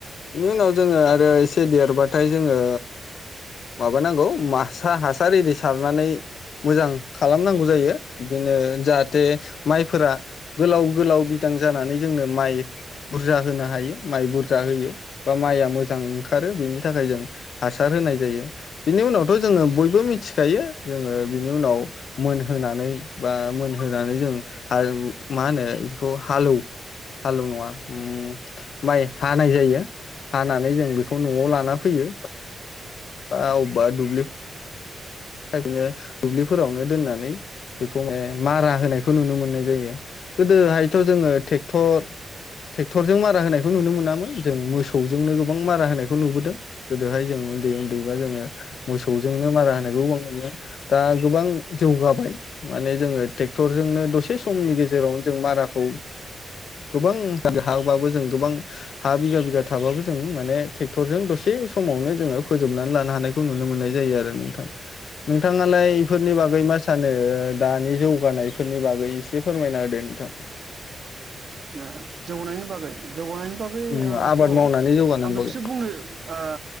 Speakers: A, on the left; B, on the right.
A: बेनि उनाव। जोङो आरो एसे देरबाथाय जोङो माबानांगौ। मा सा हासार एरै सारनानै मोजां खालामनांगौ जायो बिदिनो जाहाथे माइफोरा गोलाव-गोलाव बिदां जानानै जोंनो माइ बुरजा होना हायो माइ बुरजा होयो। बा माइया मोजां। खारो बेनि थाखाय जों हासार होनाय जायो बिनि उनाव। थ' जोङो बयबो मिथिखायो जोङो बिनि उनाव मोनहोनानै। बा मोनहोनानै जों आरो मा होनो बेखौ हालौ हालौ नङा अम। माइ हानाय जायो। हानानै जों बे खौ न'आव लाना फैयो। बा अबबा दुब्लि ओरैनो दुब्लिफोरावनो दोननानै बेखौ ए मारा होनायखौ नुनो मोननाय जायो गोदोहाय थ' जोङो ट्रेक्टर टेकट्ररजों मा रा होनायखौ नुनो मोनामोन। जों मोसौजोंनो गोबां मारा होनायखौ नुबोदों गोदोहाय जों उन्दै उन्दैबा जोङो मोसौजोंनो मारा होनायखौ दा गोबां जौगाबाय माने जोङो टे क्ट्ररजोंनो दसे समनि गेजेरावनो जों मारा खौ गोबां हाबाबो जों गोबां हा बिगा-बिगा थाबाबो जों माने ट्रेक्टरजों दसे दसे समावनो जोङो फोजोबनानै लानो हानायखौ नुनो मोननाय जायो आरो। नोंथां। नोंथाङालाय बेफोरनि बागै मा सानो? दानि जौगानायफोरनि बागै एसे फोरमायना होदों नोंथां।
B: ए जौगानायनि बागै। जौगानायनि बागै
A: उम
B: आंहाथ'
A: आबाद
B: आं
A: मावनानै जौगानायनि बागै
B: बेखौसो बुंनो ओ